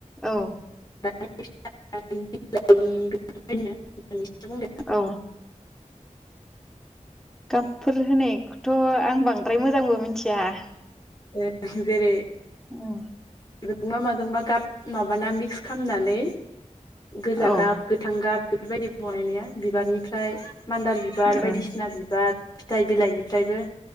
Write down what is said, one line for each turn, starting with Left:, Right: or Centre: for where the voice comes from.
Centre: औ
Left: <unintelligible> <unintelligible> <unintelligible>
Centre: औ गाबफोर होनायखौथ' आं बांद्राय मोजांबो मिथिया।
Left: ए जेरै
Centre: उम
Left: <unintelligible> जोंबा गाब माबाना मिक्स खामनानै गोजा
Centre: औ
Left: गाब, गोथां गाब, बेफोरबायदि बनायो। बिबारनिफ्राय मान्दार बिबार,
Centre: औ
Left: बायदिसिना बिबार फिथाइ, बिलाइनिफ्रायबो